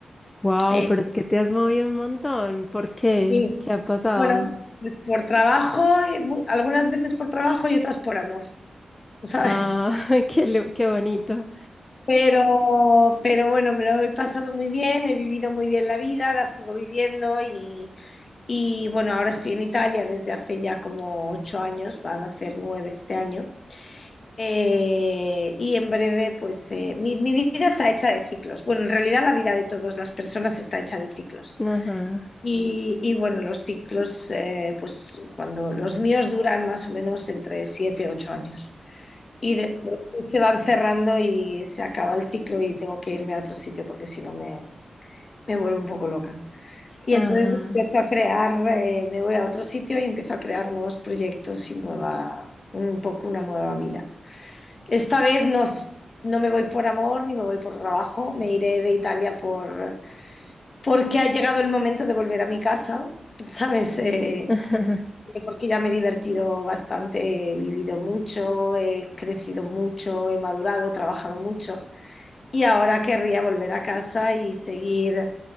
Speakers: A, on the left; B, on the left.
A: Wow,
B: Eh,
A: pero es que te has movido un montón. ¿Por qué?
B: y,
A: ¿Qué ha pasado?
B: bueno, pues por trabajo, eh, mu- algunas veces por trabajo y otras por amor, <laughs> ¿sabes?
A: Ah, <laughs> qué, lu- qué bonito.
B: Pero, pero bueno, me lo he pasado muy bien, he vivido muy bien la vida, la sigo viviendo y, y bueno, ahora estoy en Italia desde hace ya como ocho años, van a hacer nueve este año. Eh, y en breve, pues eh, mi, mi vida está hecha de ciclos. Bueno, en realidad la vida de todas las personas está hecha de ciclos.
A: Ajá,
B: Y, y bueno, los ciclos, eh, pues cuando los míos duran más o menos entre siete, y ocho años. Y después pues, se van cerrando y se acaba el ciclo y tengo que irme a otro sitio porque si no me, me vuelvo un poco loca. Y
A: ajá.
B: entonces empiezo a crear, eh, me voy a otro sitio y empiezo a crear nuevos proyectos y nueva, un poco una nueva vida. Esta vez no, s- no me voy por amor ni me voy por trabajo, me iré de Italia por, porque ha llegado el momento de volver a mi casa, ¿sabes? Eh,
A: <laughs>
B: eh, porque ya me he divertido bastante, he vivido mucho, he crecido mucho, he madurado, he trabajado mucho y ahora querría volver a casa y seguir,